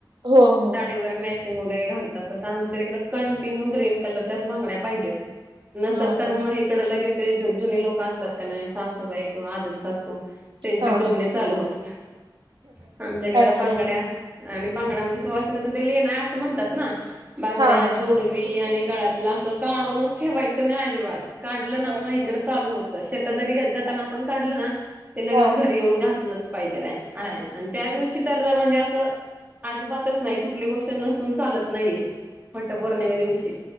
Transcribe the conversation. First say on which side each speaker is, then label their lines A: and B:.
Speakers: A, on the right; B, on the right.
A: हो हो
B: साडीवर. वगर घालतात तस आमच्या तिकडे कंटिन्यू ग्रीन कलरच्याच बांड्या पाहिजेते. नसल
A: हा
B: तर
A: हा
B: मग इकडं लगेच जुनी लोक असतात का, नाही सासूबाई किंवा आजी सासू. त्यांचे
A: हा
B: टोमने चालू होतात आमच्याकड
A: अच्छा
B: बांगड्या. आणि बांगड्या म्हणजे सुवासिनेच ते लेन असं म्हणतात ना बांगड्या
A: हा हा
B: जोडवी. वी आणि गळ्यातला असं काढूनच ठेवायचं नाही अजिबात, काढलं ना मग
A: अच्छा
B: इकडं चालू होत. शेतात जरी जाताना आपण काढलं ना, ते लगेच
A: हा
B: घरी येऊन घातलच. हिे त्या दिवशी तर म्हणजे अस अजिबातच नाही
A: हम्म,
B: कुठली
A: हम्म.
B: गोष्ट नसून. नसून चालत नाहीये वटपौर्णिमा दिवशी